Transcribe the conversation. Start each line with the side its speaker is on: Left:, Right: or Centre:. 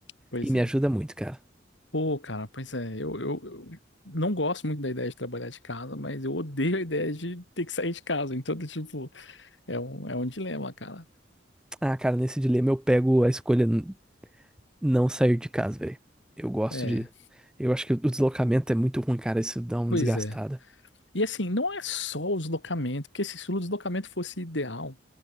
Left: Pois
Centre: e me
Left: é.
Centre: ajuda muito, cara.
Left: Pô, cara, pois é, eu, eu, eu não gosto muito da ideia de trabalhar de casa, mas eu odeio a ideia de ter que sair de casa. Então, tipo, é um, é um dilema, cara.
Centre: Ah, cara, nesse dilema eu pego a escolha n- não sair de casa, velho. Eu gosto
Left: É,
Centre: de. Eu acho que o deslocamento é muito ruim, cara. Isso dá uma
Left: pois
Centre: desgastada.
Left: é. E assim, não é só o deslocamento, porque se o deslocamento fosse ideal.